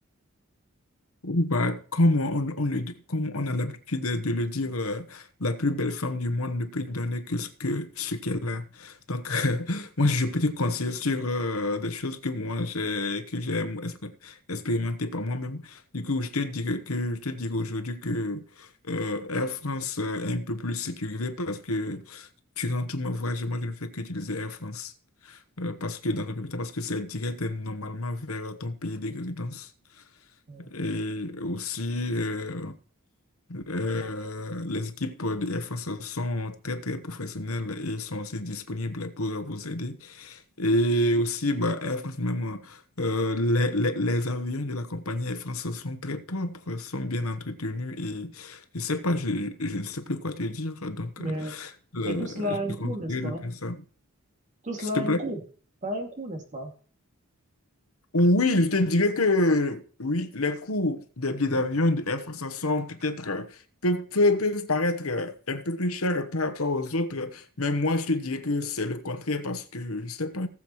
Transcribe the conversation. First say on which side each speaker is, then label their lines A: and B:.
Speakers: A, on the left (about 70°); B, on the right (about 35°).
A: Bah, comme on, on le dit- comme on a l'habitude de le dire, euh, la plus belle femme du monde ne peut donner que ce que ce qu'elle a. Donc, <laughs> euh, moi, je peux te conseiller sur euh, des choses que moi j'ai que j'ai expé- expérimenté par moi-même. Du coup, je te dirais que je te dirais aujourd'hui que euh, Air France euh, est un peu plus sécurisé parce que durant tout mon voyage, moi, je ne fais qu'utiliser Air France. Euh, parce que dans un premier temps, parce que c'est direct et normalement vers ton pays de résidence.
B: euh,
A: Et aussi, euh, euh, les équipes de Air France sont très, très professionnelles et sont aussi disponibles pour vous aider. Et aussi, bah, Air France même, euh, les, les, les avions de la compagnie Air France sont très propres, sont bien entretenus et je sais pas, je, je ne sais plus quoi te dire, donc
B: Mais,
A: euh,
B: mais tout cela
A: je
B: a
A: te
B: un coût,
A: conseille
B: n'est-ce pas?
A: de penser. ça.
B: Tout cela
A: S'il te
B: a
A: plaît.
B: un coût. Ça a un coût, n'est-ce pas?
A: Oui, je te dirais que oui, les coûts des billets d'avion de Air France sont peut-être euh, peuvent, peuvent- peuvent paraître euh, un peu plus chers par rapport aux autres, mais moi je te dirais que c'est le contraire parce que je sais pas,